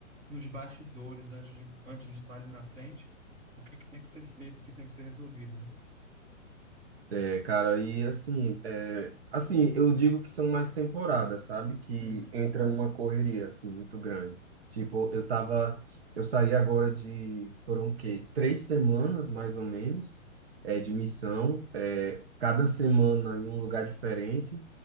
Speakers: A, on the right (about 15°); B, on the right (about 50°).
A: nos bastidores antes de, antes de estar ali na frente, o que que tem que ser feito, o que tem que ser resolvido, né?
B: É, cara, e assim, é, assim, eu digo que são mais temporadas, sabe? Que
A: Uhum,
B: entra numa correria, assim, muito grande. Tipo, eu tava, eu saí agora de, foram o quê? Três semanas, mais ou menos, é, de missão, é, cada semana em um lugar diferente.